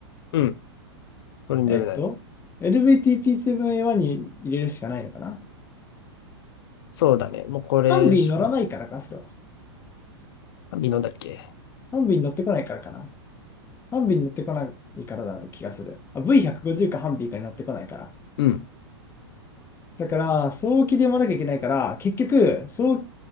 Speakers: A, on the left; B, on the left.
A: うん。これに読めない。
B: えっと、l v t t 7 a 1に入れるしかないのかな
A: そうだね。もうこれしかない。
B: ハンビーに乗らないからか、それは。
A: 美濃だっけ
B: ハンビーに乗ってこないからかな。ハンビーに乗ってこないからだ気がする。あ、V150 かハンビーかに乗ってこないから。
A: うん。
B: だから、早期で読まなきゃいけないから、結局、早